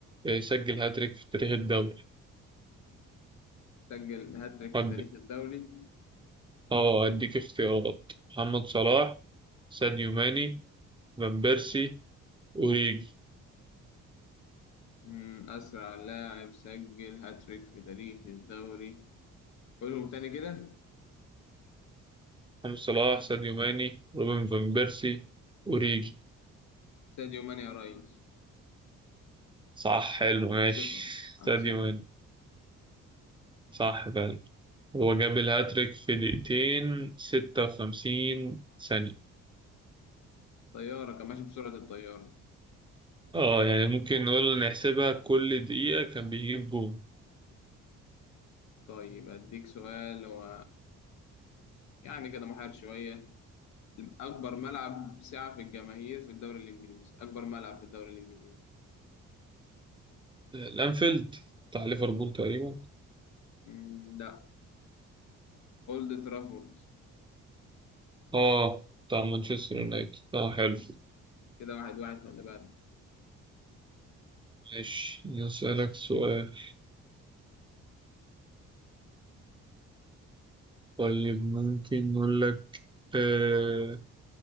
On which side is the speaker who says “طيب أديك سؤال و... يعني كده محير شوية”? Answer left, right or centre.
Left